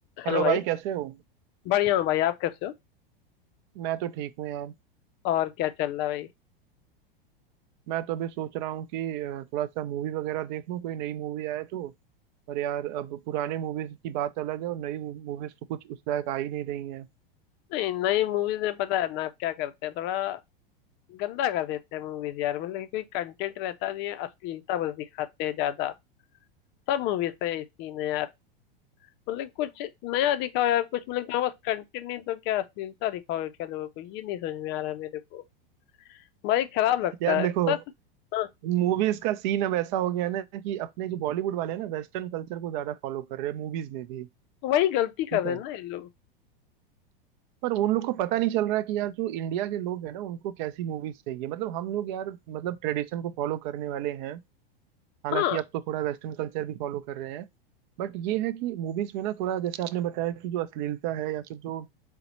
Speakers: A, on the left (about 40°); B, on the right (about 50°).
A: Hello
B: Hello
A: भाई
B: भाई कैसे हो
A: बढ़िया हूँ भाई आप कैसे हो
B: मैं तो ठीक हूँ यार
A: और क्या चल रहा है भाई
B: मैं तो अभी सोच रहा हूँ कि अ, थोड़ा सा मूवी वगैरह देख लूँ कोई नई मूवी आए तो पर यार अब पुराने मूवीज की बात अलग है और नई मूवीज तो कुछ उस लायक आ ही नहीं रही है
A: नहीं नई मूवीज में पता है ना आप क्या करते हैं थोड़ा गंदा कर देते हैं मूवीज यार मतलब कि कोई कंटेंट रहता नहीं है अश्लीलता बस दिखाते हैं ज्यादा सब मूवीज का यही सीन है यार मतलब कुछ नया दिखाओ यार कुछ मतलब तुम्हारे पास कंटेंट नहीं तो क्या अश्लीलता दिखाओ क्या लोगों को ये नहीं समझ में आ रहा है मेरे को भाई खराब लगता
B: यार
A: है
B: देखो
A: बस हाँ
B: मूवीज का सीन अब ऐसा हो गया है ना कि अपने जो बॉलीवुड वाले हैं ना वेस्टर्न कल्चर को ज्यादा फॉलो कर रहे हैं मूवीज में भी
A: तो वही गलती कर
B: ठीक
A: रहे
B: है
A: हैं ना ये लोग
B: पर उन लोग को पता नहीं चल रहा है कि यार जो इंडिया के लोग हैं ना उनको कैसी मूवीज चाहिए मतलब हम लोग यार मतलब ट्रेडिशन को फॉलो करने वाले हैं हालांकि
A: हाँ
B: अब तो थोड़ा वेस्टर्न कल्चर भी फॉलो कर रहे हैं बट ये है कि मूवीज में ना थोड़ा जैसे आपने बताया कि जो अश्लीलता है या फिर जो